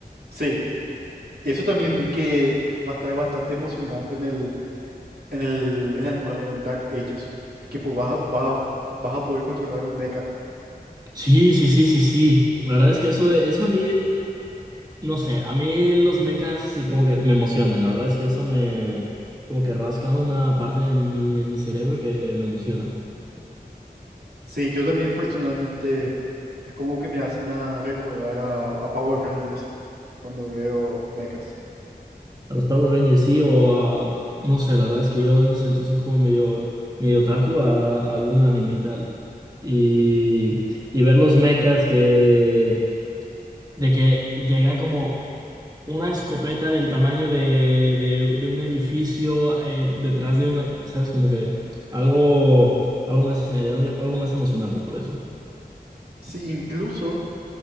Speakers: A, on the right (about 70°); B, on the right (about 25°).
A: Sí, Eso también vi que va a estar bastante emocionante en el, en el, en el nuevo, en el Dark Ages, que po- vas a, vas a- vas a poder controlar un mecha.
B: Sí, sí, sí, sí, sí. La verdad es que eso, de- eso a mí No sé, a mí los mechas sí como que me emocionan. La verdad es que eso me como que rasca una parte en mi, en mi cerebro que me emociona.
A: Sí, yo también personalmente es como que me hacen a recordar a, a Power Rangers cuando veo mechas.
B: A los Power Rangers sí, o a- no sé, la verdad es que yo en ese sentido soy como medio, medio otaku a, a algún anime y tal. Y, y ver los mechas que de que llegan como una escopeta del tamaño de, de- de un edificio eh, detrás de una, ¿sabes? Como que algo, algo más, eh, algo, algo más emocionarme por eso.
A: Sí, incluso